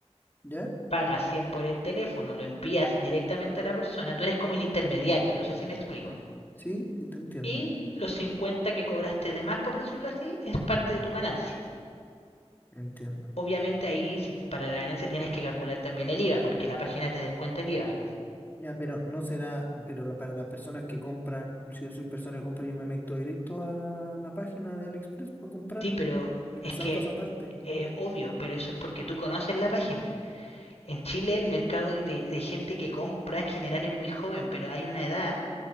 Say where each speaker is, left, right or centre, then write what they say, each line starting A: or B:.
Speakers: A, on the left; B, on the left.
A: ¿Ya?
B: pagas 100 por el teléfono, lo envías directamente a la persona, tú eres como el intermediario, no sé si me explico.
A: Sí, sí, te entiendo,
B: Y los 50 que cobraste de más, por decirlo así, es parte de tu ganancia.
A: entiendo.
B: Obviamente ahí si para la ganancia tienes que calcular también el IVA, porque la página te descuenta el IVA.
A: Ya, pero no será, pero la- para las personas que compran, si yo soy persona que compra, yo me meto directo a la página de AliExpress para comprarlo
B: Sí, pero
A: y
B: es
A: me salto
B: que
A: esa parte.
B: es obvio, pero eso es porque tú conoces la página. En Chile el mercado de, de gente que compra en general es muy joven, pero hay una edad